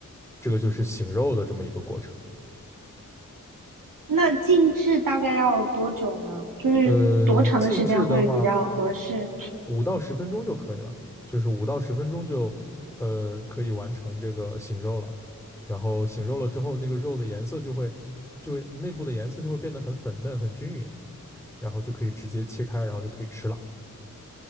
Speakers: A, in the centre; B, on the right (about 80°).
A: 这个就是醒肉的这么一个过程。
B: 那静置大概要多久呢？就是多长的时间会比较合适？
A: 呃，静置的话，五到十分钟就可以了，就是五到十分钟就呃可以完成这个醒肉了。然后醒肉了之后，那个肉的颜色就会就会内部的颜色就会变得很粉嫩、很均匀，然后就可以直接切开，然后就可以吃了。